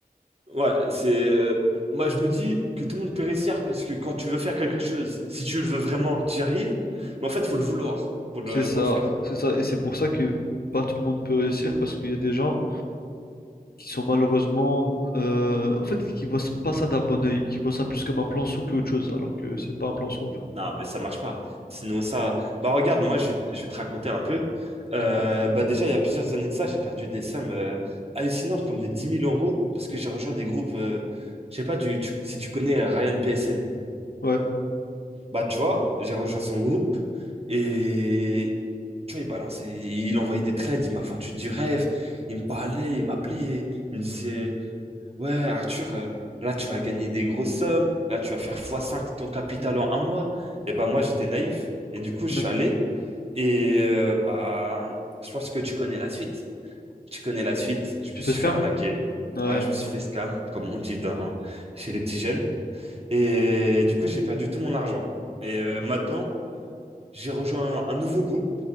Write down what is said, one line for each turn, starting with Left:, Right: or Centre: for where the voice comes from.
Right: Ouais, c'est. euh, moi, je me dis que tout le monde peut réussir parce que quand tu veux faire quelque chose, si tu le veux vraiment, tu y arrives. Mais en fait, faut le vouloir pour le,
Left: C'est ça,
Right: pour le faire.
Left: c'est ça, et c'est pour ça que pas tout le monde peut réussir, parce qu'il y a des gens qui sont malheureusement, euh, en fait, qui voient pas ça d'un bon œil, qui voient ça plus comme un plan sous qu'autre chose, alors que c'est pas un plan sous en fait.
Right: Non, mais ça marche pas. Sinon, ça. Bah, regarde, moi, je vais, je vais te raconter un peu. Euh,
Left: Dis-moi.
Right: bah, déjà, il y a plusieurs années de ça, j'ai perdu des sommes euh, hallucinantes, comme des dix mille euros, parce que j'ai rejoint des groupes. euh, je sais pas du, tu- si tu connais Ryan PSN.
Left: Ouais,
Right: Bah, tu vois, j'ai rejoint son groupe et Tu vois, il balançait, il envoyait des trades, il m'a vendu du rêve, il me parlait, il m'appelait, il me disait, ouais, Arthur, euh, là, tu vas gagner des grosses sommes, là, tu vas faire fois cinq ton capital en un mois. Et ben, moi, j'étais naïf. Et du coup,
Left: ouais.
Right: je suis allé, et euh, bah, je pense que tu connais la suite. Tu connais la suite, je
Left: Tu
Right: me suis
Left: fais ce
Right: fait
Left: cam?
Right: arnaquer.
Left: Ouais,
Right: Ouais, je me suis fait scam, comme on dit dans, chez les petits jeunes. Et du coup, j'ai perdu tout mon argent. Et euh, maintenant, j'ai rejoint un, un nouveau groupe,